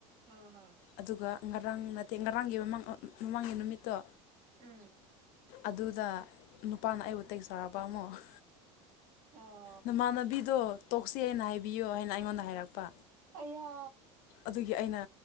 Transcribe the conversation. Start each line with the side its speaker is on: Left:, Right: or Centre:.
Right: ꯑꯥ ꯍꯥ
Left: ꯑꯗꯨꯒ ꯉꯔꯥꯡ ꯅꯠꯇꯦ ꯉꯔꯥꯡꯒꯤ ꯃꯃꯥꯡ ꯃꯃꯥꯡꯒꯤ ꯅꯨꯃꯤꯠꯇꯣ
Right: ꯎꯝ
Left: ꯑꯗꯨꯗ ꯅꯨꯄꯥꯅ ꯑꯩꯕꯨ ꯇꯦꯛꯁ ꯊꯥꯔꯛꯄ ꯑꯃꯨꯛ ꯫
Right: ꯑꯣ ꯫
Left: ꯅꯃꯥꯟꯅꯕꯤꯗꯣ ꯇꯣꯛꯁ ꯍꯥꯏꯅ ꯍꯥꯏꯕꯤꯌꯣ ꯍꯥꯏꯅ ꯑꯩꯉꯣꯟꯗ ꯍꯥꯏꯔꯛꯄ
Right: ꯑꯌꯥ
Left: ꯑꯗꯨꯒꯤ ꯑꯩꯅ